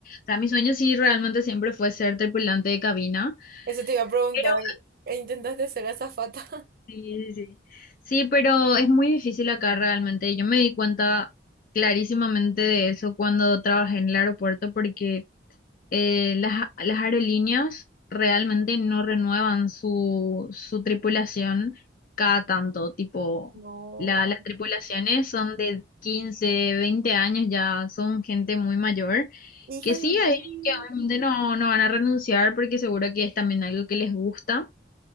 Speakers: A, on the left; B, on the right.
A: sea, mi sueño sí realmente siempre fue ser tripulante de cabina.
B: Eso te iba a preguntar.
A: Pero,
B: ¿e ¿Intentaste ser azafata? <laughs>
A: sí, sí, sí. Sí, pero es muy difícil acá realmente. Yo me di cuenta clarísimamente de eso cuando trabajé en el aeropuerto porque eh, las, las aerolíneas realmente no renuevan su, su tripulación cada tanto, tipo,
B: No.
A: la, las tripulaciones son de 15 20 años, ya son gente muy mayor,
B: Hija
A: que sí,
B: de mí.
A: hay que obviamente no, no van a renunciar porque seguro que es también algo que les gusta